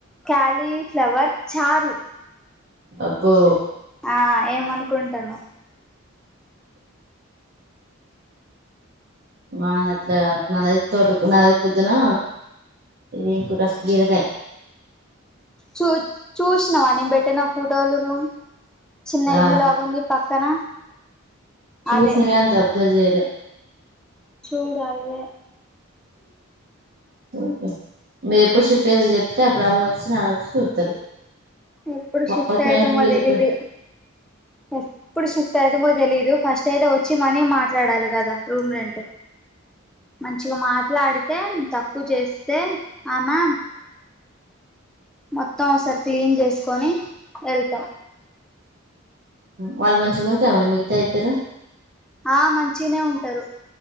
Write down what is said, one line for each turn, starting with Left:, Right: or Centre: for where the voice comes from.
Centre: క్యాలీఫ్లవర్ చారు
Right: అబ్బో
Centre: ఆ ఏమనుకుంటానవ్
Right: మాది <unintelligible> నాది తోట నాదిది పొద్దున ఇం కూర బీరకాయ
Centre: చు చూసినావా నేను పెట్టిన ఫోటోలు <unintelligible> చిన్న
Right: ఆ
Centre: ఇల్లులాగుంది పక్కన
Right: చూసినా
Centre: అదే
Right: <unintelligible> అంత అబ్జర్వ్ చేయలే
Centre: చూడు అవే
Right: ఓకే మీరు ఎప్పుడు షిప్ట్ చేసే చెప్తే అప్పుడు అమ్మొచ్చి నాన వచ్చి చూత్తరు
Centre: ఎప్పుడు షిఫ్ట్
Right: వాళ్ళ పేరెంట్స్
Centre: అయితమో
Right: వీళ్ళ
Centre: తెలీదు
Right: పేరెంట్స్
Centre: ఎప్పుడు షిఫ్ అయి తెలీదు ఫస్ట్ అయితే వచ్చి మనీ మాట్లాడాలి కదా రూమ్ రెంట్ మగా మాట్లాడితే తక్కువ చేస్తే ఆమా మొత్తం ఒసారి క్లీన్ చేసుకొని వెళ్త
Right: వాళ్ళు మంచిగుంటా మ మిగతా ఇద్దరు
Centre: ఆ మంచిగనే ఉంటారు